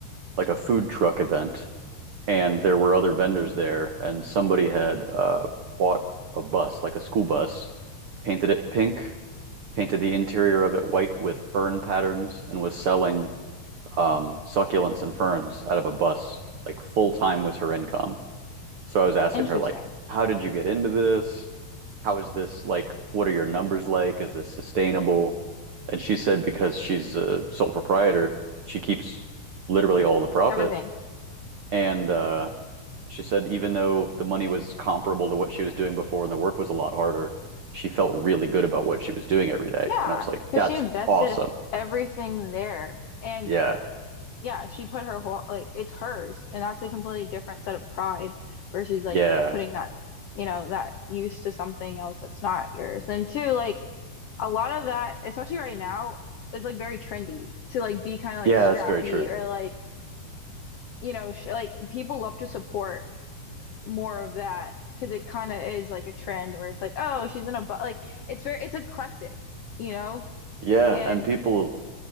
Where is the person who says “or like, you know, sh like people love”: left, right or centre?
Left